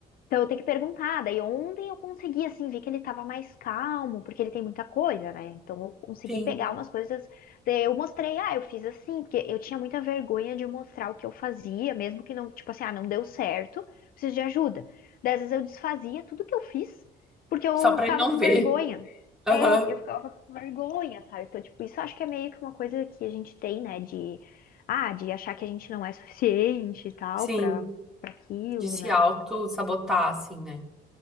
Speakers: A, on the left (about 60°); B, in the centre.
A: Então eu tenho que perguntar. Daí ontem eu consegui, assim, ver que ele tava mais calmo, porque ele tem muita coisa, né? Então eu consegui
B: sim.
A: pegar umas coisas. Daí eu mostrei, ah, eu fiz assim, porque eu tinha muita vergonha de mostrar o que eu fazia, mesmo que não, tipo assim, ah, não deu certo, preciso de ajuda. Daí às vezes eu desfazia tudo que eu fiz, porque eu
B: Só pra
A: ficava
B: ele não
A: com
B: ver.
A: vergonha.
B: Aham.
A: É, eu ficava com vergonha, sabe? Então, tipo, isso eu acho que é meio que uma coisa que a gente tem, né? De, ah, de achar que a gente não é suficiente e tal
B: Sim.
A: pra, pra aquilo,
B: De se
A: né?
B: auto-sabotar, assim, né?